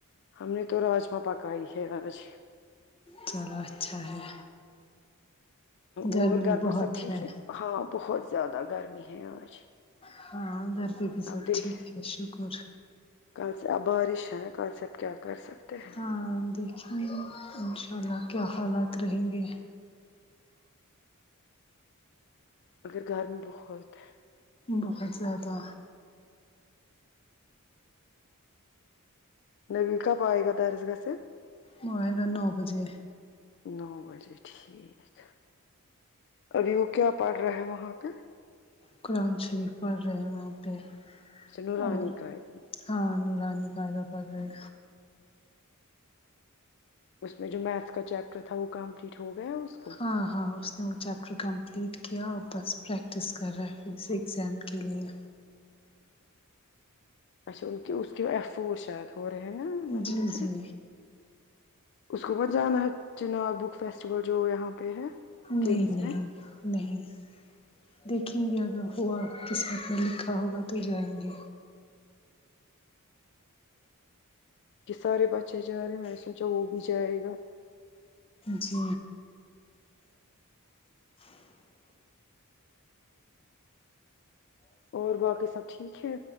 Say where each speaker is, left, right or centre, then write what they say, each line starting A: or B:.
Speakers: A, on the left; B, on the left.
A: ہم نے تو راجما پکائے ہے آج
B: چلا اچھا ہے گرمی
A: اور گھر
B: بہت
A: پر سب ٹھیک
B: ہے
A: ہاں بہت زیادہ گرمی ہے آج
B: ہاں گھر پہ بھی سب
A: اب دیکھ
B: ٹھیک ہے شکر
A: کل سے آ بارش ہے نا کل س سے اب کیا کر سکتے ہیں
B: ہاں دیکھیں گے ان شاء اللہ کیا حالات رہیں گے
A: اگر گرم بہت ہے
B: بہت زیادہ
A: نبیل کب آئے گا درس گا سے
B: وہ آئے گا نو بجے
A: نو بجے ٹھیک ابھی وہ کیا پڑ رہا ہے وہاں پہ
B: قرآن شریف پڑھ رہے ہیں وہاں پہ
A: نورانی
B: اور
A: کا ہے،
B: ہاں نورانی قاعدہ پڑ رہے
A: اس میں جو میتھ کا چیپٹر تھا وہ کمپلیٹ ہو گیا اس کو
B: ہاں ہاں اس نے وہ چیپٹر کمپلیٹ کیا اور بس پریکٹس کر رہا ہے پھر سے ایگزام کے لیے
A: اچھا ا کے اس کے ایفور شاید ہو رہے ہیں نبیل
B: جی
A: کے
B: جی
A: اس کو بس جانا ہے چنار بک فیسٹیول جو یہاں پہ ہے کمس
B: نہیں نہیں
A: میں
B: نہیں دیکھیں گے اگر ہوا قسمت میں لکھا ہوگا تو جائیں گے
A: کہ سارے بچے جا رہے ہیں میں نے سوچا وہ بھی جائے گا
B: جی
A: اور باقی سب ٹھیک ہے